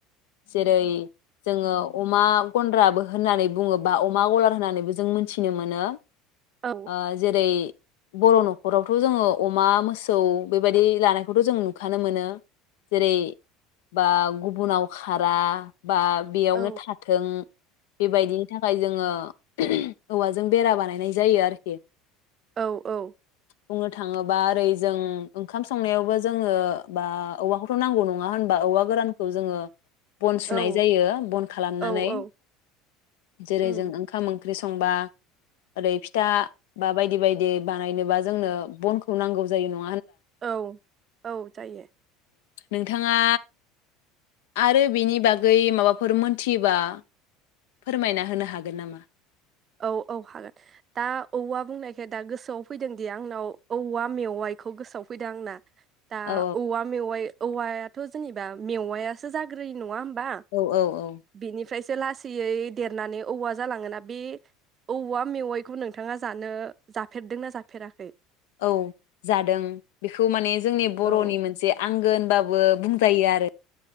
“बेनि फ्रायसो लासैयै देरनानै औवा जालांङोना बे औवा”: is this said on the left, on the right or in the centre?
Right